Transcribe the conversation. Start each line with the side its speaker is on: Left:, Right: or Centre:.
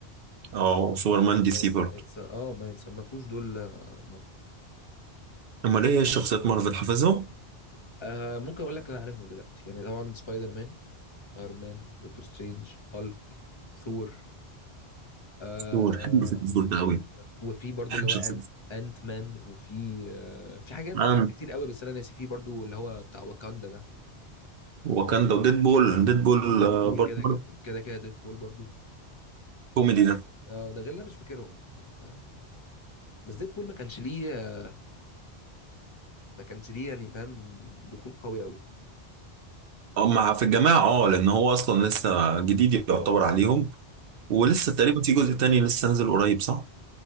Right: او سوبرمان دي
Left: ما ي-
Right: سي برضه
Left: ما يتص... اه ما يتصنفوش دول آه، مارفل
Right: امال ايه هي شخصيات مارفل حافظهم
Left: آه ممكن اقول لك انا عارفهم دلوقتي يعني طبعا سبايدر مان ايرون مان دكتور سترينج هالك ثور آه
Right: دكتور حلو في الدور ده قوي
Left: وفي برضو
Right: بحب
Left: اللي هو
Right: شخصية
Left: أن... انت مان وفي آه، في حاجات
Right: سوبرمان،
Left: في حاجات كتير قوي بس انا ناسي في برضو اللي هو بتاع واكاندا ده
Right: واكاندا وديدبول ديدبول
Left: وديت
Right: آه،
Left: بول
Right: برضه
Left: كده
Right: برضه
Left: كده كده ديت بول برضو
Right: كوميدي
Left: اه آه، ده غير اللي أنا مش فاكرهم يعني فاهم بس ديت بول ما كانش ليه ما كانش ليه يعني فاهم دخول قوي قوي
Right: اه مع في الجماعة اه لأن هو أصلا لسه جديد يعتبر عليهم ولسه
Left: امم
Right: تقريبا في جزء تاني لسه نازل قريب صح؟